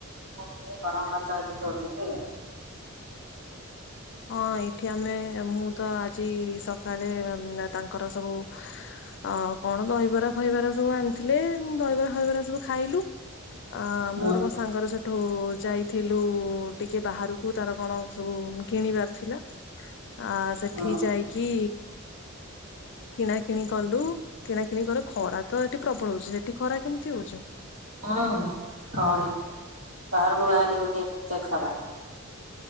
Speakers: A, on the right; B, on the left.
A: ଏଇ ଟିକେ ଗରମ ଭାତ ଆଜି କରୁଥିଲି ଆଉା।
B: ହଁ ଏଇଠି ଆମେ ମୁଁ ତ ଆଜି ସକାଳେ ତାଙ୍କର ସବୁ ଅ କଣ ଦହିବରା ଫଇବରା ସବୁ ଆଣିଥିଲେ ଦହିବରା ଫଇବରା ସବୁ ଖାଇଲୁ। ଅ ମୋର
A: ହୁଁ
B: ସାଙ୍ଗର ସେଠଉ ଯାଇଥିଲୁ ଟିକେ ବାହାରକୁ ତାର କଣ ସବୁ କିଣିବାର ଥିଲା। ଆ ସେଠି
A: ହୁଁ।
B: ଯାଇକି କିଣାକିଣି କଲୁ କିଣାକିଣି କରୁ ଖରା ତ ଏଠି ପ୍ରବଳ ହଉଚି। ସେଠି ଖରା କେମିତି ହଉଚି?
A: ହୁଁ କହନି ବାହାରକୁ ବାହାରି ହଉନି ଏତେ ଖରା।